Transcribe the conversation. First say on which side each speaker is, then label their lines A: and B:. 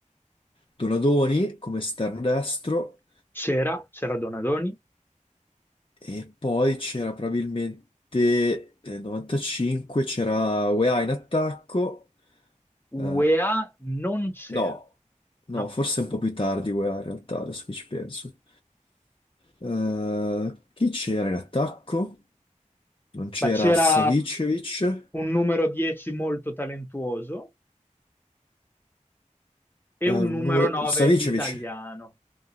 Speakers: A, on the left; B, on the left.
A: Donadoni come esterno destro
B: c'era, c'era Donadoni.
A: e poi c'era probabilmente nel 95 c'era Weah in attacco
B: UEA
A: Eh,
B: non c'era,
A: no, no,
B: no,
A: forse un po' più tardi UEA in realtà, adesso che ci penso. Eh, chi c'era in attacco? Non c'era
B: ma c'era
A: Savicevic.
B: un numero 10 molto talentuoso e
A: Eh,
B: un
A: Nur-
B: numero 9
A: Savicevic,
B: italiano,